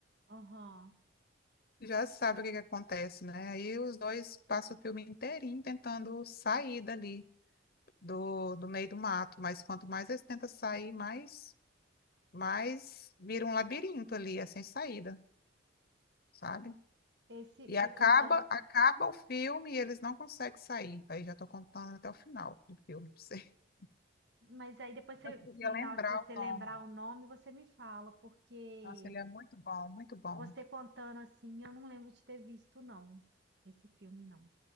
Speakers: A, on the right; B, on the left.
A: aham.
B: Já sabe o que que acontece, né? Aí os dois passam o filme inteirinho tentando sair dali, do, do meio do mato. Mas quanto mais eles tentam sair, mais, mais vira um labirinto ali, é sem saída, sabe?
A: Esse,
B: E
A: você
B: acaba,
A: contando
B: acaba o filme e eles não conseguem sair. Aí já estou contando até o final do filme. pra você. <laughs>
A: Mas aí depois, você-
B: Eu queria
A: se
B: lembrar
A: na hora que você
B: o nome.
A: lembrar o nome, você me fala, porque
B: Nossa, ele é muito bom, muito bom.
A: você contando assim, eu não lembro de ter visto, não, esse filme, não.